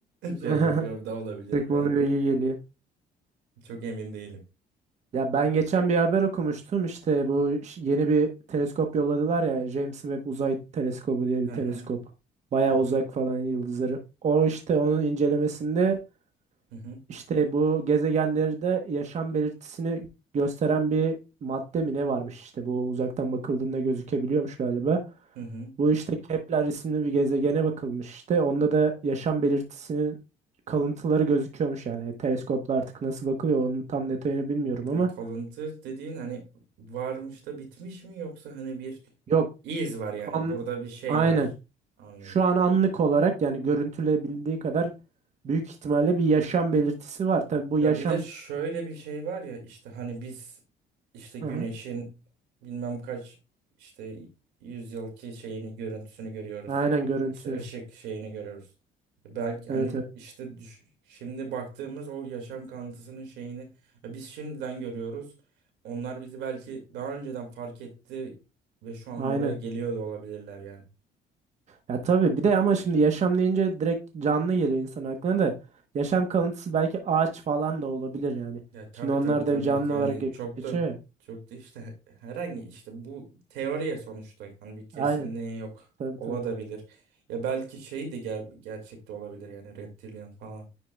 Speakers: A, on the right; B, on the right.
A: <laughs>
B: <laughs> şey yapıyorum da olabilirim
A: Teknoloji
B: yani.
A: bilgi geliyor.
B: Çok emin değilim.
A: Ya ben geçen bir haber okumuştum işte bu ş- yeni bir teleskop yolladılar ya James Webb Uzay Teleskobu diye
B: Hı
A: bir teleskop.
B: hı.
A: Bayağı
B: Evet.
A: uzak falan yıldızları. O işte onun incelemesinde
B: Hı hı.
A: İşte bu gezegenlerde yaşam belirtisini gösteren bir madde mi ne varmış işte bu uzaktan bakıldığında gözükebiliyormuş galiba.
B: Hı hı.
A: Bu işte Kepler isimli bir gezegene bakılmış işte. Onda da yaşam belirtisinin kalıntıları gözüküyormuş yani. E, Teleskopla artık nasıl bakılıyor onun tam detayını bilmiyorum
B: Ve
A: ama
B: kalıntı dediğin hani varmış da bitmiş mi yoksa hani bir
A: yok
B: iz var yani
A: an,
B: burada bir şey
A: aynen.
B: var. Anladım.
A: Şu an anlık olarak yani görüntülebildiği kadar büyük ihtimalle bir yaşam belirtisi var. Tabii bu
B: Ya
A: yaşam
B: bir de şöyle bir şey var ya işte hani biz işte güneşin
A: Hı hı.
B: bilmem kaç işte yüzyılki şeyini görüntüsünü görüyoruz.
A: Aynen görüntü.
B: İşte ışık şeyini görüyoruz. Belki
A: Evet
B: hani
A: evet.
B: işte düş- şimdi baktığımız o yaşam kanıtısının şeyini ya biz şimdiden görüyoruz. Onlar bizi belki daha önceden fark etti ve şu an
A: Aynen.
B: buraya geliyor da olabilirler yani.
A: Ya tabii bir de ama şimdi yaşam deyince direkt canlı geliyor insan aklına da. Yaşam kalıntısı belki ağaç falan da olabilir yani.
B: Ya tabii
A: Şimdi onlar
B: tabii tabii.
A: da bir canlı
B: Yani
A: olarak ge-
B: çok
A: geçiyor
B: da
A: ya.
B: çok da işte <laughs> herhangi işte bu teoriye sonuçta hani bir kesinliği
A: Aynen.
B: yok.
A: Tabii
B: Ola
A: tabii.
B: da bilir. Ya belki şey de ger gerçekte olabilir yani reptilian falan.